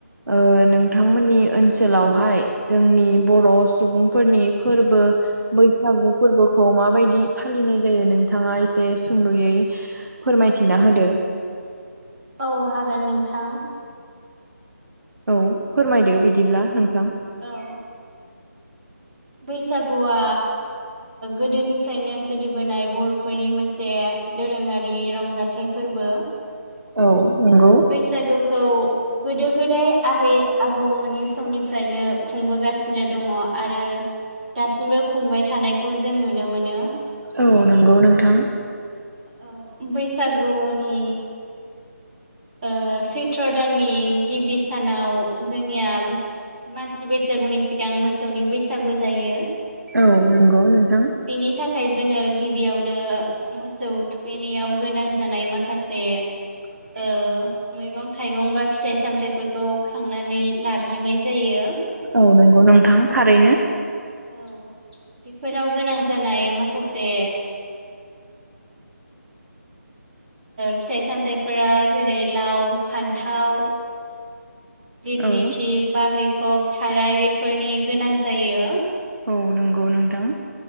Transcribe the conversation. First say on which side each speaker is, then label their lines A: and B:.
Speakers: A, on the right; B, on the right.
A: ओ नोंथांमोननि ओनसोलावहाय जोंनि बर' सुबुंफोरनि फोरबो बैसागु फोरबो खौ माबायदि फालिनाय जायो नोंथाङा एसे सुंद'यै फोरमायथिना होदो। <inaudible>
B: औ हागोन नोंथां।
A: औ फोरमायदो बिदिब्ला नोंथां।
B: औ बैसागुआ गोदोनिफ्रायनो सोलिबोनाय बर'फोरनि मोनसे दोरोङारि रंजाथाइ फो फोरबो।
A: औ नंगौ
B: बैसागु खौ गोदो गोदाय आबै आबौमोननि समनिफ्रायनो खुंबोगासिनो दङ। आरो दासिमबो खुंबाय थानायखौ जों नुनो मोनो।
A: औ नंगौ नोंथां।
B: औ बैसागुनि ओ सैथ्र' दाननि गिबि सानाव जोंनिया मानसि बैसागुनि सिगां मोसौनि बैसागु जायो।
A: औ नंगौ नोंथां।
B: बेनि थाखाय जोङो गिबियावनो मोसौ थुखैनायाव गोनां जानाय माखासे
A: <inaudible>
B: ओ मैगं थाइगं बा फिथाइ सामथायाइफोरखौ खांनानै लाग्रोनाय जायो।
A: औ नोंगौ थारैनो
B: औ बेफोराव गोनां जानाय माखासे फिथाइ सामथायाइफोरा जेरै लाव फान्थाव दिग्लिथि
A: औ
B: बाग्रिखब थाराय बेफोरनि गोनां जायो।
A: औ नंगौ नोंथां।